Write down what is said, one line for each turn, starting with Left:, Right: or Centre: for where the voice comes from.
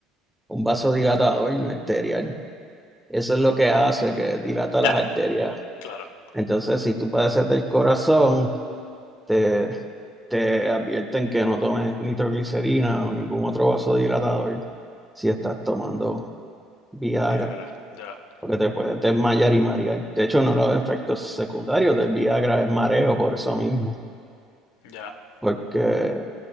Centre: un vasodilatador no arterial. Eso es lo que hace, que dilata
Left: Ya,
Centre: las arterias.
Left: claro.
Centre: Entonces, si tú padeces del corazón, te, te advierten que no tomes nitroglicerina o ningún otro vasodilatador si estás tomando Viagra,
Left: Viagra, ya.
Centre: porque te puedes desmayar
Left: mm,
Centre: y marear. De hecho, uno de los efectos secundarios del Viagra es mareo por eso mismo,
Left: Ya.
Centre: porque